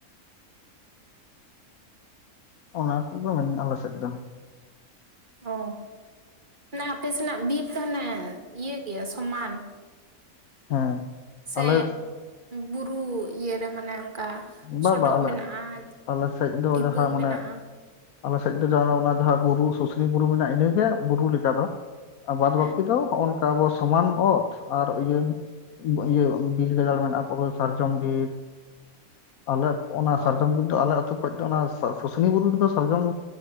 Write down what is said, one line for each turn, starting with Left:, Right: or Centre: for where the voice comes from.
Left: ᱚᱱᱟ ᱠᱚᱜᱮ ᱢᱮᱱᱟᱜᱼᱟ ᱟᱞᱮ ᱥᱮᱡ ᱫᱚ।
Right: ᱚ ᱢᱟᱱᱮ ᱦᱟᱯᱮ ᱥᱮᱱᱟᱜ ᱵᱤᱨ ᱫᱚ ᱟᱱᱮ ᱤᱭᱟᱹ ᱜᱮᱭᱟ ᱥᱚᱢᱟᱱ।
Left: ᱦᱮᱸ
Right: ᱥᱮ
Left: ᱟᱞᱮ
Right: ᱵᱩᱨᱩ ᱤᱭᱟᱹ ᱨᱮ ᱢᱟᱱᱮ ᱼᱼ ᱠᱟ
Left: ᱵᱟ
Right: ᱥᱚᱰᱚᱜ
Left: ᱵᱟ ᱟᱞᱮ
Right: ᱢᱮᱱᱟᱜᱼᱟ
Left: ᱟᱞᱮ ᱥᱮᱫ ᱫᱚ
Right: ᱫᱷᱤᱯᱟᱹᱝ
Left: ᱡᱟᱦᱟᱸ ᱢᱟᱱᱮ
Right: ᱢᱮᱱᱟᱜᱼᱟ।
Left: ᱟᱞᱮ ᱥᱮᱡ ᱫᱚ ᱚᱱᱟ ᱡᱟᱦᱟᱸ ᱵᱩᱨᱩ ᱥᱩᱥᱱᱤ ᱵᱩᱨᱩ ᱢᱮᱱᱟᱜᱼᱟ ᱤᱱᱟᱹᱜᱮ ᱵᱩᱨᱩ ᱞᱮᱠᱟ ᱫᱚ ᱟ ᱵᱟᱫᱽ
Right: ᱦᱮᱸ
Left: ᱵᱟᱹᱠᱤ ᱫᱚ ᱱᱚᱜᱼ ᱚ ᱱᱚᱝᱠᱟ ᱟᱵᱚ ᱥᱚᱢᱟᱱ ᱚᱛ ᱟᱨ ᱤᱭᱟᱹ ᱤᱭᱟᱹ ᱵᱤᱨ ᱜᱟᱡᱟᱲ ᱢᱮᱱᱟᱜᱼᱟ ᱯᱩᱨᱟᱹ ᱥᱟᱨᱡᱚᱢ ᱵᱤᱨ ᱟᱞᱮ ᱚᱱᱟ ᱥᱟᱨᱡᱚᱢ
Right: ᱚ
Left: ᱵᱤᱨ ᱫᱚ ᱟᱞᱮ ᱟᱹᱛᱩ ᱠᱷᱚᱡ ᱫᱚ ᱚᱱᱟ ᱥᱩᱥᱩᱱᱤ ᱵᱩᱨᱩ ᱨᱮᱫᱚ ᱥᱟᱨᱡᱚᱢ